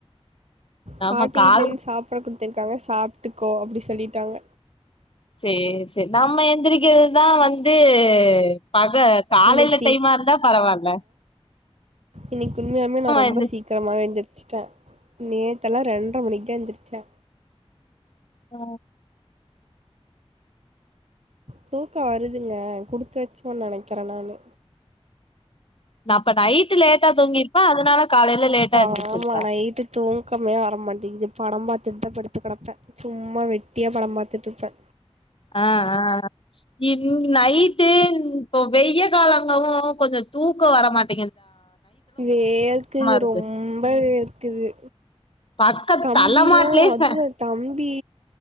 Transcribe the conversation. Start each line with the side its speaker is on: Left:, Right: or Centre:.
Left: நம்ம
Right: பாட்டி
Left: கால்
Right: வீட்ல இருந்து சாப்பாடு குடுத்துருக்காங்க சாப்ட்டுக்கோ அப்டி சொல்லிட்டாங்க
Left: சேர் சேரி நம்ம எந்திரிக்கிறது தா வந் து பக காலையில
Right: இன்னைக்கு
Left: டைமா இருந்தா பரவாயில்ல
Right: இன்னிக்கி உண்மையாமே நா ரொம்ப
Left: எந்திரிச்ச
Right: சீக் கிரமாவே எழுந்திருச்சுட்டே நேத்தெல்லா ரெண்டர மணிக்கு தா எந்திரிச்சே
Left: ஓ
Right: தூக்கோ வருதுங்க குடுத்து வெச்சவன்னு நெனைக்கிறே நானு
Left: அப்ப நைட்டு லேட்டா தூங்கிருப்பே அதனால காலையில லேட்டா
Right: ஆமா
Left: எந்திரிச்சிருப்பே
Right: நைட்டு தூக்கமே வர மாட்டேங்குது படம் பாத்துட்டுதா படுத்துக்கெடப்பே சும்மா வெட்டியா படம் பாத்துட்டுப்பே
Left: ஆ ஆ இ நைட்டு இப்போ வெயா காலங்கவு கொஞ்சோ தூக்க வரமாட்
Right: வேக்குது
Left: இருக்கு
Right: ரொம்ப வேர்க்குது
Left: பக்க
Right: தம்பிலா
Left: தலமாட்லயே
Right: அதுவு
Left: ஃபே
Right: தம்பி